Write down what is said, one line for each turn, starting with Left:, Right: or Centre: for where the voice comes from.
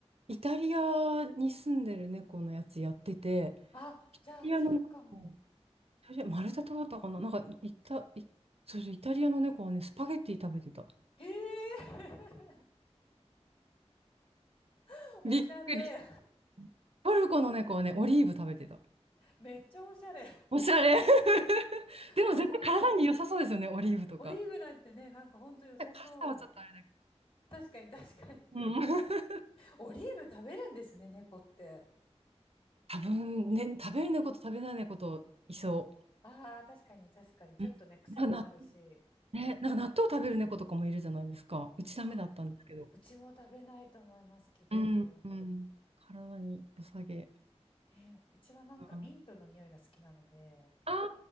Right: イタリアに住んでる猫のやつやってて、
Left: あ、
Right: イタリアの猫、
Left: じゃあそうかも。
Right: イタリア、マルタ島だったかななんかイタ、イ、そうそう、イタリアの猫はね、スパゲッティ食べてた。
Left: へえ、<laughs> おしゃれ。
Right: びっくり。トルコの猫はね、オリーブ食べてた。
Left: めっちゃおしゃれ。
Right: おしゃれ。<laughs> でも絶対体に良さそうですよね、
Left: どういう、
Right: オリーブとか。
Left: オリーブなんてね、なんかほんと良さそう。
Right: パスタはちょっとあれだけど。
Left: 確かに確かに。
Right: うん。
Left: オリーブ食べるんですね、猫って。
Right: 多分ね、食べる猫と食べない猫といそ
Left: ああ、確かに確かに。ちょっとね、
Right: う。うんなんかな、
Left: 癖もあるし。
Right: ね、なんか納豆食べる猫とかもいるじゃないですか。うちダメだったんですけど。
Left: あうちも食べないと思います、きっと。
Right: うん。うん体に良さげ。
Left: ね、うちはなんかミントの匂いが好きなので、
Right: うん、あ